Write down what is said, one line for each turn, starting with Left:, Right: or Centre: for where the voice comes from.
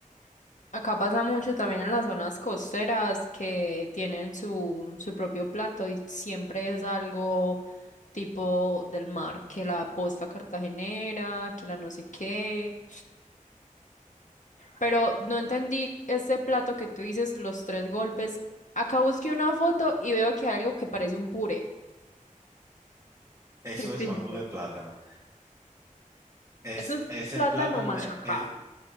Left: Acá pasa mucho también en las zonas costeras que tienen su, su propio plato y siempre es algo tipo del mar, que la posta cartagenera, que la no sé qué. Pero no entendí ese plato que tú dices, los tres golpes. Acá busqué una foto y veo que hay algo que parece un puré. <laughs>
Right: Eso
Left: ¿Qué
Right: es
Left: es
Right: mangú
Left: eso?
Right: de plátano. Es,
Left: Eso es
Right: es
Left: plátano
Right: el plátano,
Left: machacado.
Right: he- el-